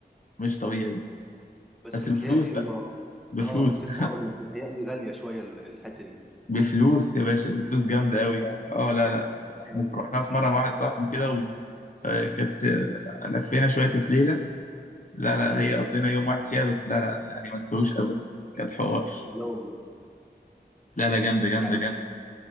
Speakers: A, on the left; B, in the centre.
A: مش طبيعي
B: بس
A: بس
B: متهيألي
A: بفلوس بقى بفلوس
B: اه ما كنت
A: <laughs>
B: لسه هقول لك متهيألي غالية شوية ال- الحتة دي
A: بفلوس يا باشا بفلوس جامده قوي يعني اه لا لا احنا
B: ايوه
A: في- رحنا في مره مع واحد صاحبي كده وكانت لفينا شويه كانت ليله لا لا
B: امم
A: هي قضينا يوم واحد فيها بس لا لا يعني ما نسويش ابدا كانت حوار
B: لا والله
A: لا لا جامده جامده
B: يعني
A: جامده